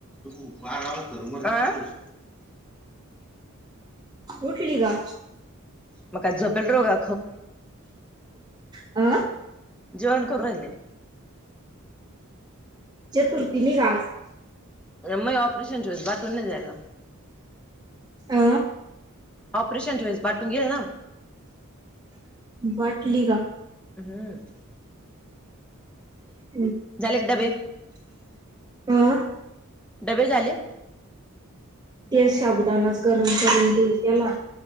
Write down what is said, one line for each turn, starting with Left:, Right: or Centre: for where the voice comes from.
Centre: उक बारम करू म आ <unintelligible>
Right: उठली का.
Centre: मग झोपल राऊ का.
Right: आ.
Centre: जोन कोरोलेे राहिले.
Right: चतुर्थी निघास.
Centre: मग ऑपरेशनस बाथरूम नाही जायला.
Right: अ
Centre: ऑपरेशन जईस बाटून गेल ना.
Right: वाटलीगा.
Centre: ह.
Right: हो.
Centre: झाले का डबे.
Right: आं.
Centre: डबे झाले.
Right: ते साबुदानाच गरम करून देऊ <unintelligible> न त्या ला